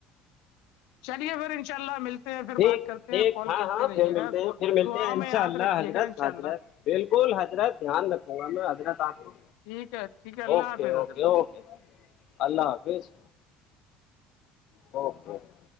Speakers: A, on the left; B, on the left.
A: چلیے پھر ان شاء اللہ ملتا پھر
B: ٹھیک
A: بات کرتے
B: ٹھیک
A: ہیں کال
B: ہاں
A: کرتے
B: ہاں
A: رہیے
B: پھر ملتے
A: گا
B: ہیں پھر ملتے
A: دعاؤں
B: ہیں ان
A: میں یاد
B: شاء اللہ
A: رکھیے
B: حضرت
A: گا ان شاء
B: حضرت
A: اللہ
B: بالکل حضرت دھیان رکھوں گا میں حضرت آپ کو
A: ٹھیک ہے ٹھیک ہے اللہ
B: اوکے
A: حافظ
B: اوکے
A: حضرت
B: اوکے اللہ حافظ اوکےکے